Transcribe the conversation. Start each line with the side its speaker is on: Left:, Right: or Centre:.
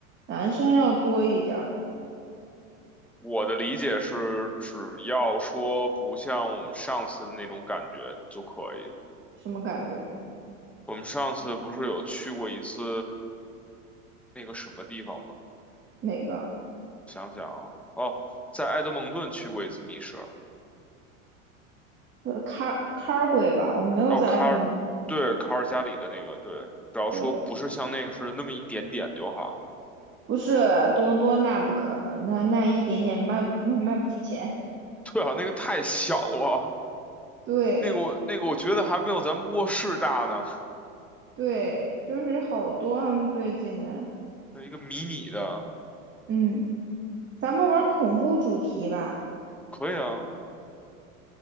Right: 男生要多一点儿，
Centre: 我的理解是，只要说不像我们上次的那种感觉就可以。
Right: 什么感觉？
Centre: 我们上次不是有去过一次那个什么地方吗？
Right: 哪个？
Centre: 想想啊，哦，在埃德蒙顿去过一次密室，
Right: 呃，c car a r 鬼吧，我没有在爱德蒙多，
Centre: 哦，卡尔，对，卡尔加里的那个，对，只要说不是像那个似的那么一点点就好。
Right: 对，不是多伦多，那不可能，那那一点点卖卖 <laughs> 卖不出钱。
Centre: 对啊，那个太小了。
Right: 对
Centre: 那个我那个我觉得还没有咱们卧室大呢，
Right: 对，就是好多他们最近的，
Centre: 有一个迷你的，
Right: 嗯，咱们玩恐怖主题吧，
Centre: 可以啊，